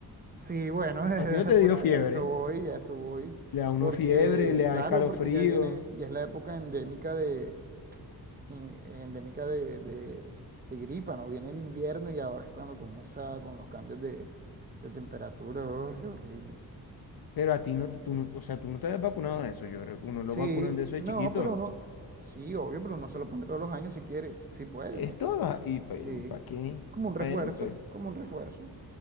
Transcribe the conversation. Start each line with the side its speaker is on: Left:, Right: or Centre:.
Right: sí, bueno, <laughs>
Left: A ti no te
Right: por
Left: dio
Right: a
Left: fiebre,
Right: a eso voy, a eso voy.
Left: le da uno
Right: Porque,
Left: fiebre, le da
Right: claro,
Left: escalofrío,
Right: porque ya viene, ya es la época endémica de, y- endémica de, de- de gripa, ¿no? Viene el invierno y ahora es cuando comienza con los cambios de, de temperatura. Uy, qué horrible.
Left: pero a ti no, tú no, o sea, tú no te has vacunado de eso. Yo, rec- uno
Right: Sí,
Left: lo vacunan de eso de
Right: no,
Left: chiquito.
Right: pero uno, sí, obvio, pero uno se lo pone todos los años si quiere, si puede,
Left: Esto,
Right: ¿no?
Left: lo- y ¿para
Right: Sí,
Left: qué?
Right: como un refuerzo,
Left: Bueno, pues,
Right: como un refuerzo.